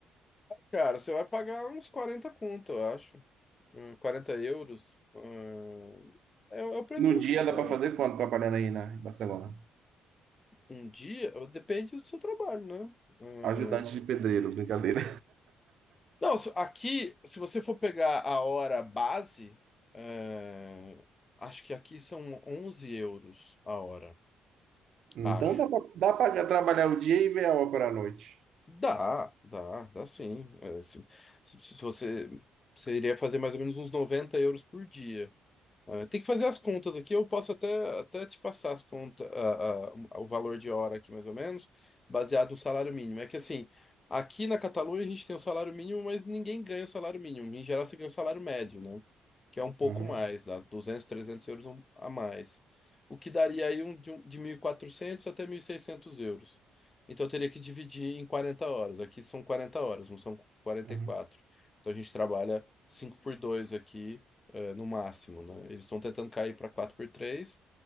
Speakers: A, on the left; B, on the right.
A: cara, você vai pagar uns 40 conto, eu acho. Hum, 40 euros. Hum, é, o é o preço
B: No
A: de
B: dia
A: um show.
B: dá para fazer quanto trabalhando aí na em Barcelona?
A: Um dia, depende do seu trabalho, né?
B: Ajudante de pedreiro, brincadeira.
A: Não, se- aqui, se você for pegar a hora base, é, acho que aqui são 11 euros a hora,
B: Então
A: acho.
B: dá para trabalhar o dia e ver a ópera à noite.
A: Dá, dá, dá sim. É, se, se- se você, você iria fazer mais ou menos uns 90 euros por dia. Ah, tem que fazer as contas aqui. Eu posso até, até te passar as contas, a- a- o valor de hora aqui, mais ou menos, baseado no salário mínimo. É que assim, aqui na Catalunha a gente tem o salário mínimo, mas ninguém ganha o salário mínimo. Em geral, você ganha o salário médio, né? Que é um pouco
B: Uhum,
A: mais, dá 200 300 euros um, a mais. O que daria aí um, de, um- de 1.400 até 1.600 euros. Então, eu teria que dividir em 40 horas. Aqui são 40 horas, não são quarenta
B: uhum.
A: e quatro Então, a gente trabalha 5 por 2 aqui é, no máximo, né? Eles estão tentando cair para quatro por três.